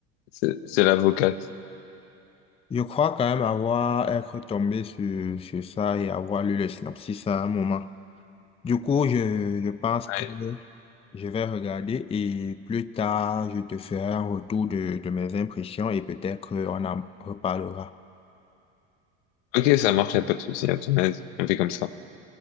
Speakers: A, on the left; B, on the left.
A: c'est- c'est l'avocate.
B: Je crois quand même avoir être tombé sur, sur ça et avoir lu le synopsis à un moment. Du coup, je, je pense que
A: Ouais.
B: je vais regarder et plus tard, je te ferai un retour de, de mes impressions et peut-être qu'on en reparlera.
A: Ok, ça marche, y a pas de souci, à ton aise. On fait comme ça.